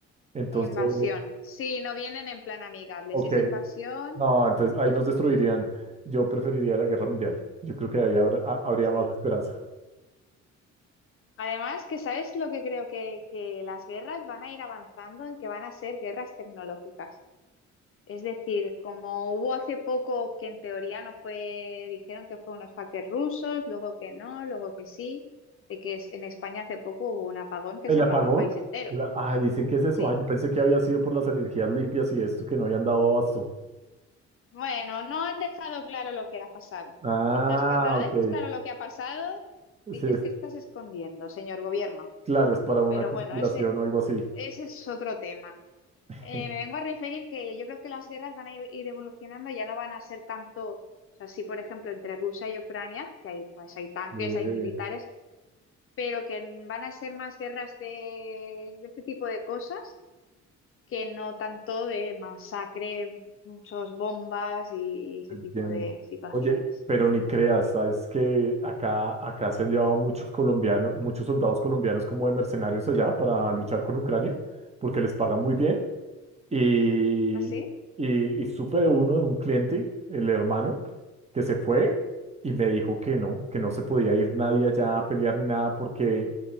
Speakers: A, on the right; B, on the left.
A: Entonces,
B: Invasión. Sí, no vienen en plan amigable.
A: ok.
B: Si es invasión,
A: No, entonces ahí nos destruirían. Yo preferiría la guerra mundial. Yo creo que ahí habrá- ha- habría
B: sí.
A: más esperanza.
B: Además, que sabes lo que creo que, que las guerras van a ir avanzando en que van a ser guerras tecnológicas. Es decir, como hubo hace poco que en teoría no fue, dijeron que fue unos hackers rusos, luego que no, luego que sí, de que es- en España hace poco hubo un apagón que
A: ¿El
B: se apagó
A: apagón?
B: el país entero.
A: La- ah, dicen que es eso.
B: Sí.
A: Ah, yo pensé que había sido por las energías limpias y esto, que no habían dado abasto.
B: Bueno, no han dejado claro lo que ha pasado.
A: Ah,
B: Entonces, cuando no dejas
A: ok.
B: claro lo que ha pasado, dices,
A: Sí,
B: ¿qué estás escondiendo, señor gobierno?
A: Claro, es para una
B: Pero
A: conspiración
B: bueno, ese,
A: o algo así.
B: ese es otro tema.
A: <laughs>
B: Eh, me vengo a referir que yo creo que las guerras van a ir ir evolucionando, ya no van a ser tanto, o sea, sí, por ejemplo, entre Rusia y Ucrania, que hay, pues, hay tanques,
A: Eh,
B: hay militares, pero que n- van a ser más guerras de, de este tipo de cosas que no tanto de masacre, muchos bombas y, y ese
A: entiendo.
B: tipo de situaciones.
A: Oye, pero ni creas, sabes que acá, acá se han llevado muchos colombianos, muchos soldados colombianos como de mercenarios allá para luchar con Ucrania, porque les pagan muy bien. Y,
B: ¿Así?
A: y, y supe de uno, de un cliente, el hermano, que se fue y me dijo que no, que no se podía ir nadie allá a pelear ni nada porque